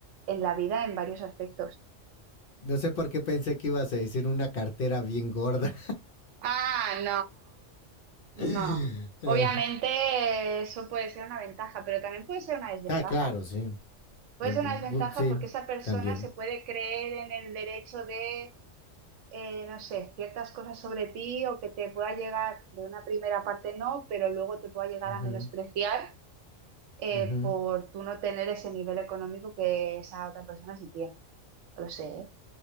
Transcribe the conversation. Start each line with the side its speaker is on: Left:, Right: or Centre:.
Right: en la vida en varios aspectos.
Left: No sé por qué pensé que ibas a decir una cartera bien gorda.
Right: Ah, no,
Left: <laughs>
Right: no.
Left: Ah,
Right: Obviamente eh, eso puede ser una ventaja, pero también puede ser una desventaja.
Left: ah, claro, sí,
Right: Puede
Left: Bu-
Right: ser una desventaja
Left: bu- Sí,
Right: porque esa persona
Left: también.
Right: se puede creer en el derecho de, eh, no sé, ciertas cosas sobre ti o que te pueda llegar, de una primera parte no, pero luego te pueda llegar
Left: Ujú,
Right: a menospreciar eh,
Left: ujú.
Right: por tú no tener ese nivel económico que esa otra persona sí tiene. Lo sé, ¿eh?